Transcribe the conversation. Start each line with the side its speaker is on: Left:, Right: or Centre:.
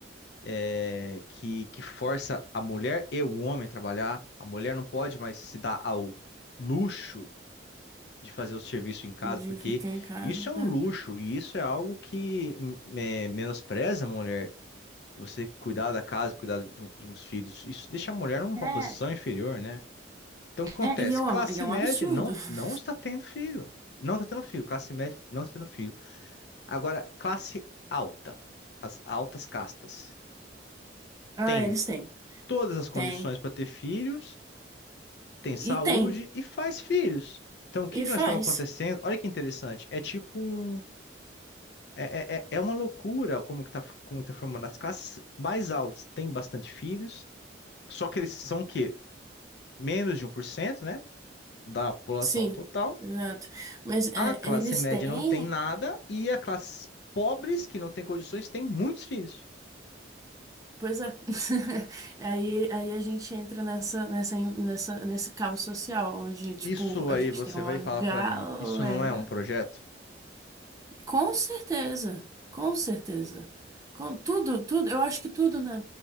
Left: é, que, que força a mulher e o homem a trabalhar. A mulher não pode mais se dar ao luxo de fazer o serviço em casa,
Right: De
Left: porque
Right: ficar em casa.
Left: isso é um luxo e isso é algo que hum, é, menospreza a mulher. Você cuidar da casa, cuidar de, um- de uns filhos, isso deixa a mulher numa
Right: É, é,
Left: posição inferior, né? Então, o que acontece?
Right: é, e é um,
Left: Classe
Right: e é um
Left: média
Right: absurdo.
Left: não,
Right: <laughs>
Left: não está tendo filho. Não está tendo filho. Classe média não está tendo filho. Agora, classe alta, as altas castas,
Right: Ah,
Left: tem
Right: eles têm.
Left: todas as condições
Right: Tem.
Left: para ter filhos, tem saúde
Right: E tem.
Left: e faz filhos. Então, o que
Right: E
Left: que
Right: faz.
Left: nós estamos acontecendo? Olha que interessante. É tipo um. É, é, é- é uma loucura como que tá, como que tá formando. As classes mais altas têm bastante filhos, só que eles são o quê? Menos de um por cento né? Da população
Right: Sim,
Left: total.
Right: exato. Mas é,
Left: A classe
Right: eles
Left: média
Right: têm,
Left: não tem nada e a classe pobres, que não tem condições, tem muitos filhos.
Right: pois é. <laughs> Aí, aí a gente entra nessa, nessa, nessa, nesse caos social, onde, tipo,
Left: Isso
Right: a
Left: aí
Right: gente
Left: você
Right: tem uma
Left: vai falar
Right: galera
Left: para mim, isso não é um projeto?
Right: Com certeza, com certeza. Com tudo, tudo, eu acho que tudo, na-